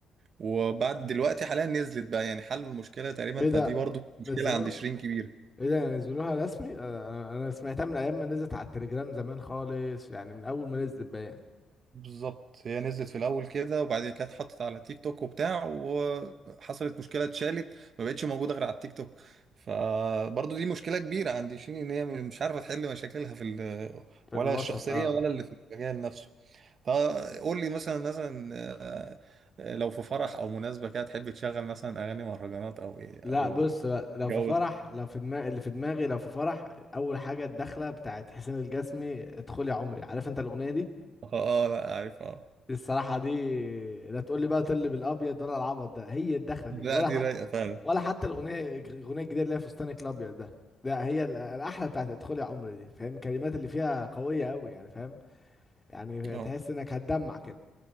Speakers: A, on the right; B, on the left.
A: وبعد دلوقتي حاليا نزلت بقى يعني حلوا المشكلة تقريبا
B: ايه
A: فدي
B: ده
A: برضو مشكلة
B: نزلوها
A: عند شيرين كبيرة
B: ايه ده نزلوها رسمي آه، انا أنا سمعتها من ايام ما نزلت على التليجرام زمان خالص يعني من اول ما نزلت باين
A: بالظبط هي نزلت في الأول كده وبعدين كانت اتحطت على تيك توك وبتاع وحصلت مشكلة اتشالت ما بقتش موجودة غير على التيك توك فبرضو دي مشكلة كبيرة عند شيرين إن هي مش عارفة تحل مشاكلها في ال-
B: في
A: ولا
B: الوسط
A: الشخصية
B: اه
A: ولا اللي في المجال نفسه فقول لي مثلا مثلا آه، آه، لو في فرح أو مناسبة كده تحب تشغل مثلا أغاني مهرجانات أو إيه أو
B: لا بص بقى لو
A: جو
B: في فرح
A: ده
B: لو في دماغ اللي في دماغي لو في فرح اول حاجه الدخله بتاعت حسين الجسمي ادخل يا عمري عارف انت الاغنيه دي
A: اه آه، لا عارف اه
B: دي الصراحه دي لا تقول لي بقى طل بالابيض ولا العبط ده هي الدخله دي
A: لا
B: ولا
A: دي
B: ح...
A: رايقة فعلا
B: ولا حتى الاغنيه الاغنيه الجديده اللي هي فستانك الابيض ده لا هي ال- الاحلى بتاعت ادخل يا عمري دي فاهم الكلمات اللي فيها قويه قوي يعني فاهم يعني
A: اه
B: تحس انك هتدمع كده